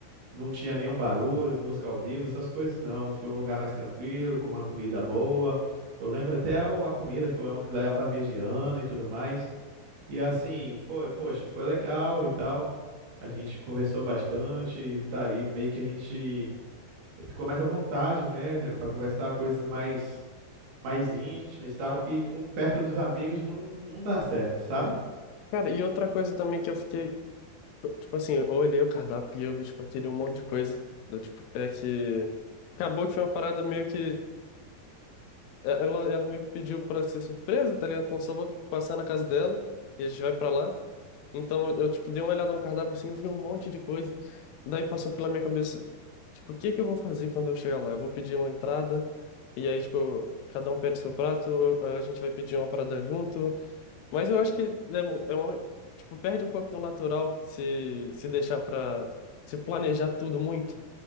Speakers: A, on the right (about 70°); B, on the left (about 85°).
A: Não tinha nenhum barulho, música ao vivo, essas coisas não. Foi um lugar mais tranquilo, com uma comida boa. Eu lembro até o- a comida foi uma filé à parmegiana e tudo mais. E assim, foi, poxa, foi legal e tal. A gente conversou bastante, e tá aí meio que a gente ficou mais à vontade, né, para conversar coisas mais
B: uhum.
A: mais íntimas e tal, que com perto dos amigos não, não dá certo, sabe?
B: Uhum. Cara, e outra coisa também que eu fiquei, tipo assim, eu olhei o cardápio e eu vi, tipo, aquele um monte de coisa, né, tipo, é que acabou que foi uma parada meio que, é- ela, ela meio que pediu pra ser surpresa, tá ligado? Então eu só vou tipo, passar na casa dela e a gente vai pra lá. Então eu, tipo, dei uma olhada no cardápio assim, eu vi um monte de coisa, daí passou pela minha cabeça, tipo, o que que eu vou fazer quando eu chegar lá? Eu vou pedir uma entrada e aí, tipo, cada um pede seu prato, eu- a gente vai pedir uma parada junto, mas eu acho que né, é uma, tipo, perde um pouco do natural se, se deixar pra se planejar tudo muito.